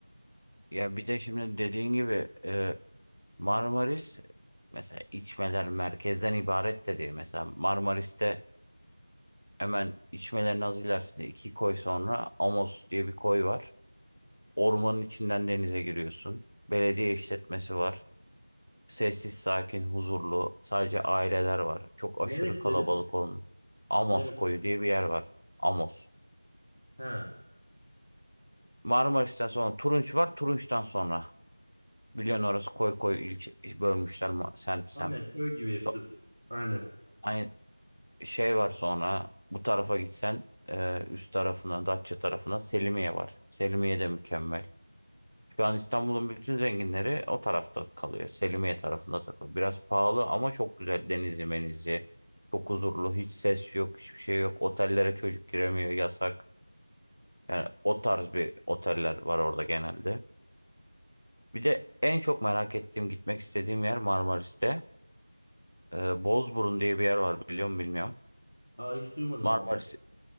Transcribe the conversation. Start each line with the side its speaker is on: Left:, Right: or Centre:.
Right: Ya bir de şimdi dediğin gibi e, Marmaris mesela içmeler merkezden ibaret de değil. Mesela Marmaris'te hemen içmelerin az ilerisinde iki koy sonra Amos diye bir koy var. Ormanın içinden denize giriyorsun. Belediye işletmesi var. Sessiz, sakin, huzurlu. Sadece aileler var. Çok aşırı
Left: Neresi
Right: kalabalık
Left: dedin?
Right: olan. Amos
Left: Neresi?
Right: koyu diye bir yer var. Amos.
Left: Ha.
Right: Marmaris'ten sonra Turunç var. Turunç'tan sonra. Biliyorsun orası koy koy ilçe bölmüşler ma- semt semt.
Left: Aynen köy gibi hepsi.
Right: So-
Left: Aynen.
Right: Aynı şey var sonra bu tarafa gitsen e, üst tarafına Datça tarafına Selimiye var. Selimiye de mükemmel. Şu an İstanbul'un bütün zenginleri o tarafta kalıyor. Selimiye tarafında takılıyor. Biraz pahalı ama çok güzel. Denizli menizli. Çok huzurlu. Hiç ses yok. Hiçbir şey yok. Otellere çocuk giremiyor. Yasak. Yani o tarz bir oteller var orada genelde. Bir de en çok merak ettiğim, gitmek istediğim yer Marmaris'te. Ee, Bozburun diye bir yer var biliyor musun bilmiyorum.
Left: Aa, hiç duymadım
Right: Marmaris
Left: ben orayı.